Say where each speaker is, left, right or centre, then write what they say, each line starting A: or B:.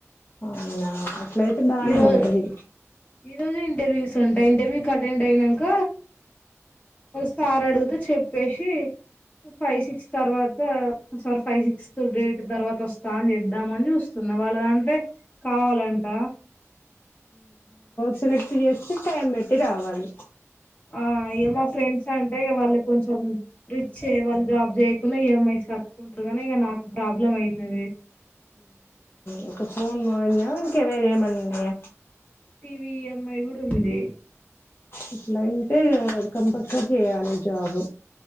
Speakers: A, on the left; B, on the left.
A: అవునా అట్లయితే బాగానే
B: ఈ రోజు
A: ఉంటది
B: ఈ రోజు ఇంటర్వ్యూస్ ఉంటాయి ఇంటర్వ్యూ కి అటెండ్ అయినంక సార్ అడిగితే చెప్పేసి ఫైవ్ సిక్స్ తర్వాత సార్ ఫైవ్ సిక్స్త్ డేట్ తర్వాత వస్తా అని చెబ్దామని చూస్తున్నా వాళ్ళ దాంట్లో కావాలంట
A: సెలెక్ట్ చేస్త టైం పెట్టి రావాలి
B: ఆ ఏ మా ఫ్రెండ్స్ అంటే వాళ్ళు కొంచెం రిచ్ ఏ వాళ్ళు జాబ్ చేయకుండా ఈఎంఐస్ కట్టుకుంటరు కానీ ఇక నాకు ప్రాబ్లం అయితది
A: ఇంక ఫోన్ మారిందా ఇంకా వేర ఏమన్నున్నాయ
B: T V E M I గూడ ఉంది
A: అట్లయితే కంపల్సరీ చేయాలి జాబ్